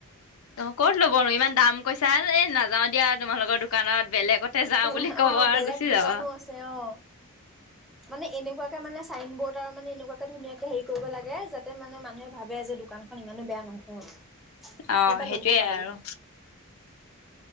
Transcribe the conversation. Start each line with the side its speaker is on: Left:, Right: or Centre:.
Left: অ ক'ত ল'বনো ইমান দাম কৈছা এই নাযাও দিয়া তোমালোকৰ দোকানত বেলেগতে যাওঁ
Centre: তোমাৰ
Left: বুলি ক'ব
Centre: অ'
Left: আৰু
Centre: বেলেগ
Left: গুচি
Centre: দোকানো
Left: যাব।
Centre: আছে অ' মানে এনেকুৱাকে মানে চাইন বৰ্ড আৰু মানে এনেকুৱাকে ধুনীয়াকে হেৰি কৰিব লাগে যাতে মানে মানুহে ভাবে যে দোকানখন ইমানো বেয়া নহয়।
Left: অ,
Centre: ইয়াৰ পৰা
Left: সেইটোয়ে
Centre: ল'ব পাৰি
Left: আৰু।